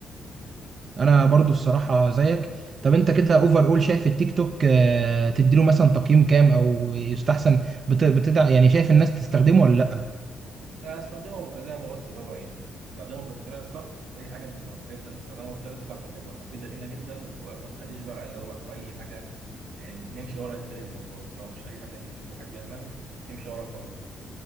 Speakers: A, on the right; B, on the right.
A: انا برضو الصراحه زيك طب انت كده اوفر اول شايف التيك توك آه، تديله مثلا تقييم كام او يستحسن بت... بتدع يعني شايف الناس تستخدمه ولا لا
B: أنا أستخدمه زي ما قلت اللي هو يعني استخدمه بالطريقة الصح أي حاجة إن لو عرفنا نستخدمها بالطريقة الصح هتبقى مفيدة لينا جدا وما تخليش بقى اللي هو أي حاجة يعني نمشي ورا الترند وخلاص لو مش أي حاجة إن الواحد بيعملها نمشي ورا خلاص